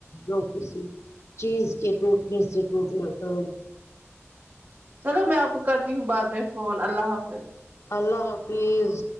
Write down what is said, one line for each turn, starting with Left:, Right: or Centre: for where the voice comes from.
Left: جو کسی چیز کے ٹوٹنے سے ٹوٹ لیتا ہوں
Right: چلو میں آپ کو کرتی ہوں بعد میں فون اللہ حافظ
Left: اللہ حافظ